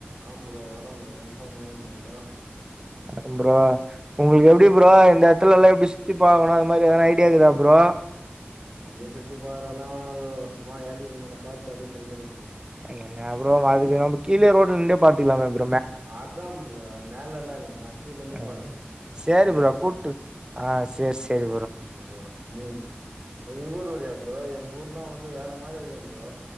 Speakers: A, on the right; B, on the right.
A: ஆம் ப்ரோ வர ப்ரோ கன்பாம் வர ப்ரோ
B: அ ப்ரோ உங்களுக்கு எப்பிடி ப்ரோ த்துல்லலா எப்பிடி சுத்தி பாக்கணு அது மாதிரி எதனா ஐடியா இருக்குதா ப்ரோ
A: எங்கேயு சுத்தி பாக்றதலா ஒரு சும்மா ஏலகிரி மலை பாத்துட்டு அப்டியே கெலம்பிடுவே ப்ரோ
B: என்ன ப்ரோ அதுக்கு நம்ப கீழே ரோட்ல நின்டே பாத்துக்கலாமே பு
A: அதா ப்ரோ மேலேல்லா இல்ல கீழேருந்தே‌
B: ஆ
A: பாக்கருதுதா ப்ரோ
B: சேரி
A: நேர்ல
B: ப்ரோ கூட்டு
A: பாக்
B: ஆ சேரி சேரி
A: ஆம் ப்ரோ நீங்க இப்ப எங்கு ஊர் வரியா ப்ரோ இப்போ எங்க ஊர்லா வந்து வேற மாரி இருக்கு ப்போ